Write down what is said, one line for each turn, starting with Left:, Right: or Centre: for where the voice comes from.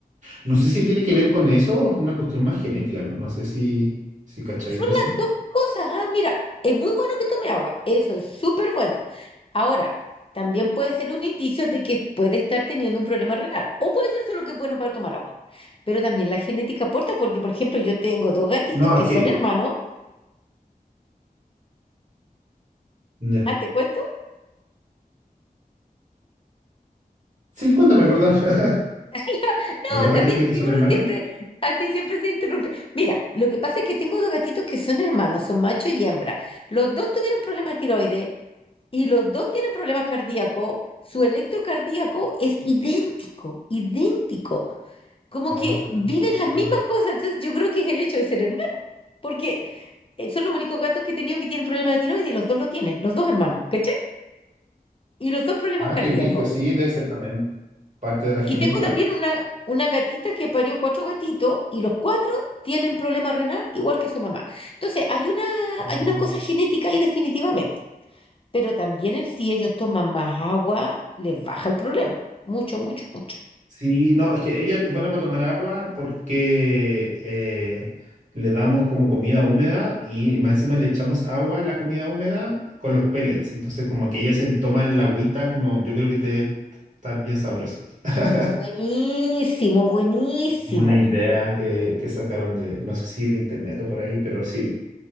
Right: no sé si tiene que ver con eso o es una cuestión más genética, no, No sé si, si cachai
Left: Son
Right: de eso.
Left: las dos cosas. Ah, mira, es muy bueno que tome agua, eso es súper bueno. Ahora, también puede ser un indicio de que puede estar teniendo un problema renal, o puede ser solo que es bueno para tomar agua. pero también la genética aporta, porque por ejemplo yo tengo dos gatitos
Right: No,
Left: que
Right: es que,
Left: son hermanos.
Right: ya.
Left: Ah, ¿te cuento?
Right: Sí, cuéntame, perdón. <laughs>
Left: <laughs> No,
Right: ¿Los dos gatitos
Left: también,
Right: que te
Left: si
Right: son
Left: uno
Right: hermanos?
Left: siempre, así siempre se interrumpe. Mira, lo que pasa es que tengo dos gatitos que son hermanos, son macho y hembra. Los dos tuvieron problemas de tiroides y los dos tienen problemas cardíacos. Su electrocardíaco es idéntico, idéntico. Como
Right: Ah,
Left: que viven las mismas cosas. Entonces yo creo que es el hecho de ser hermano porque eh, son los únicos gatos que he tenido que tienen problemas de tiroides y los dos lo tienen, los dos hermanos. ¿Cachai? y los dos problemas
Right: ah,
Left: cardíacos.
Right: qué brillo, sí, debe ser también parte de la genética.
Left: Y tengo también una, una gatita que parió cuatro gatitos y los cuatro tienen problema renal igual que su mamá. Entonces, hay una,
Right: Mm.
Left: hay una cosa genética ahí definitivamente, pero también el si ellos toman más agua, les baja el problema. Mucho, mucho, mucho.
Right: Sí, no, es que ellas van a para tomar agua porque eh, le damos como comida húmeda y más encima le echamos agua a la comida húmeda con los pellets. Entonces, como que ella se toma el agüita, como yo creo que te debe estar bien sabrosa. <laughs>
Left: Buenísimo, buenísimo.
Right: Como una idea que, que sacaron de, no sé si de internet o por ahí, pero sí,